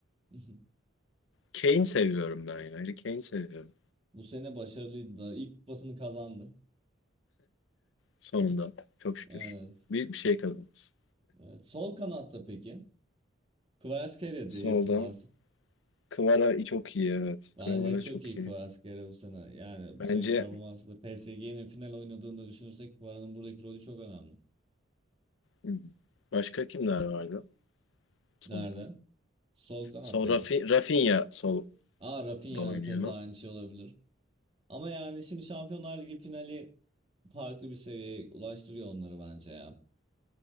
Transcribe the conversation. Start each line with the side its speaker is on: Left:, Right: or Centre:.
Right: <laughs>
Left: Kane seviyorum ben yani. Harry Kane seviyorum.
Right: Bu sene başarılıydı da ilk kupasını kazandı.
Left: Sonunda. Çok şükür.
Right: Evet.
Left: Büyük bir şey kazanırız.
Right: Evet. Sol kanatta peki? Kvaratskhelia
Left: Solda.
Right: diyesin varsa.
Left: Kvara çok iyi evet.
Right: Bence
Left: Kvara
Right: çok
Left: çok
Right: iyi Kvaratskhelia
Left: iyi.
Right: bu sene. Yani bu
Left: Bence
Right: seneki performansı da PSG'nin final oynadığında düşünürsek Kvara'nın buradaki rolü çok önemli.
Left: hmm, başka kimler vardı? Solda.
Right: Nerede? Sol kanatta
Left: Sol Rafi,
Right: mı?
Left: Rafinha solda
Right: Aa Rafinha
Left: oynuyor.
Right: keza aynı şey olabilir. Ama yani şimdi Şampiyonlar Ligi finali farklı bir seviyeye ulaştırıyor onları bence ya.